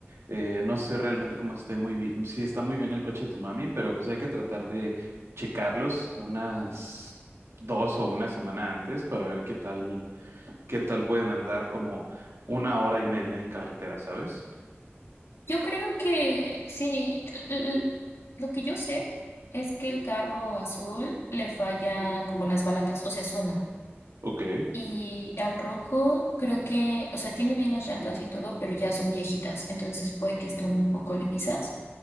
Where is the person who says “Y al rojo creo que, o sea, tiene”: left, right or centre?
Left